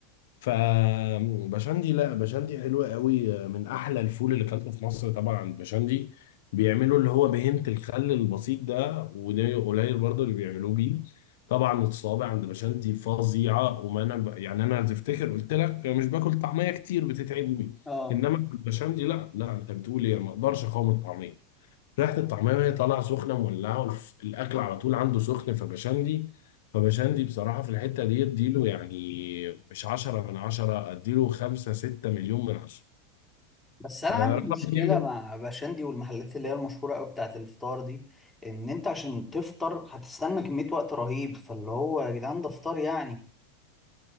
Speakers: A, on the left; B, in the centre.
A: فبشندي لا بشندي حلوة قوي من احلى الفول اللي اكلته في مصر طبعا بشندي بيعملوا اللي هو بهنة الخل البسيط ده وده قليل برضه اللي بيعملوه بيه طبعا الصوابع عند بشندي فظيعة وما انا ب... يعني انا تفتكر قلت لك مش باكل طعمية كتير بتتعبني
B: أه
A: انما عند بشندي لا لا انت بتقول ايه أنا ما اقدرش اقاوم الطعمية ريحة الطعمية وهي طالعة سخنة مولعة والف- الأكل على طول عنده سخن فبشندي فبشندي بصراحة في الحتة دي اديله يعني مش عشرة من عشرة اديله خمسة ستة مليون من عشرة
B: بس أنا
A: آه،
B: عندي
A: رقم
B: مشكلة
A: اتنين
B: مع باشندي والمحلات اللي هي المشهورة أوي بتاعة الفطار دي إن أنت عشان تفطر هتستنى كمية وقت رهيب فاللي هو يا جدعان ده فطار يعني